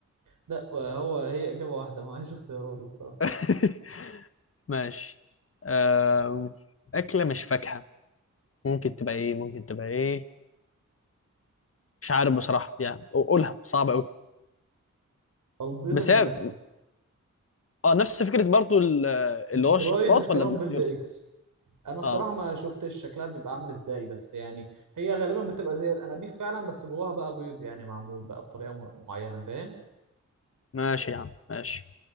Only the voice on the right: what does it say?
لا هو هي إجابة واحدة ما هيش اختيارات الصراحة
البيض
المجفف
درايد
سكرامبلد
ايجز
انا الصراحة
ما شفتش شكلها بيبقى عامل ازاي بس يعني هي غالبا بتبقى زي الانابيب فعلا بس جواها بقى بيض يعني معمول بقى بطريقة م- معينة فاهم